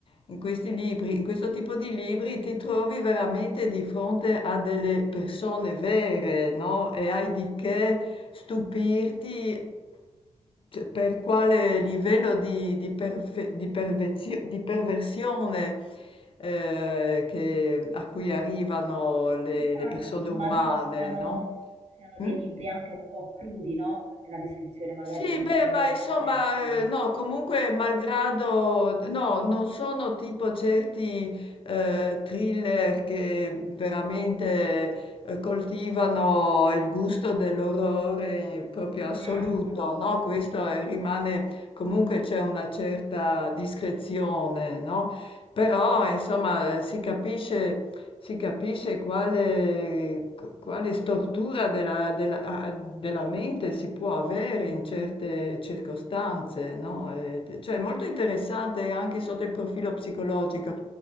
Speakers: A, on the left (about 45°); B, on the right (about 65°).
A: in questi libri, in questo tipo di libri ti trovi veramente di fronte a delle persone vere, no? E hai di che stupirti cioè, per quale livello di, di perfe- di pervezio- di perversione eh, che- a cui arrivano
B: eh,
A: le,
B: Infatti,
A: le persone
B: immagino
A: umane,
B: siano,
A: no?
B: siano dei
A: Mm?
B: libri anche un po' crudi, no? Nella descrizione magari
A: Sì,
B: dei
A: beh,
B: crimini
A: ma insomma,
B: commessi.
A: eh, no, comunque, malgrado, no, non sono tipo certi eh, thriller che veramente eh, coltivano il gusto dell'orrore proprio assoluto,
B: Esatto.
A: no? Questo è- rimane, comunque c'è una certa discrezione, no? Però, insomma, eh, si capisce si capisce quale, qu- quale stortura della, della- a- della mente si può avere in certe circostanze, no? E- cioè è molto interessante anche sotto il profilo psicologico,